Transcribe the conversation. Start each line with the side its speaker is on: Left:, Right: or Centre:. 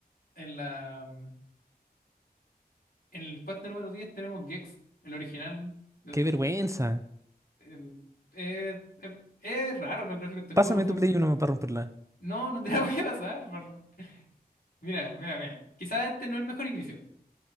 Left: En la. En el puesto número 10 tenemos Gex, el original. Yo-
Right: ¡Qué vergüenza!
Left: em, eh, em, Es, raro los gráficos de este juego.
Right: Pásame
Left: Son...
Right: tu Play uno para romperla.
Left: No, no te <laughs> la voy a pasar. por- Mira, mira, mira. Quizás este no es el mejor inicio.